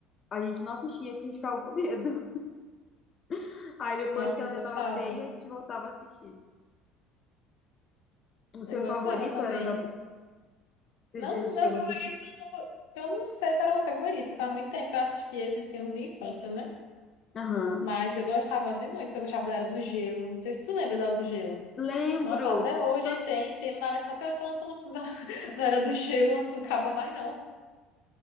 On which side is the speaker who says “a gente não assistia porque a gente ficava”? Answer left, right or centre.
Left